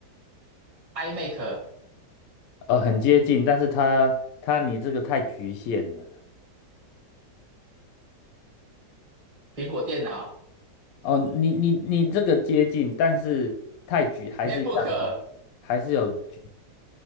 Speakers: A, on the right; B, on the left.
A: ，iMac，
B: 呃，很接近，但是它它你这个太局限了。
A: 苹果电脑
B: 哦，你你你这个接近，但是太局还是一样的，
A: ，MacBook，MacBook
B: 还是有局，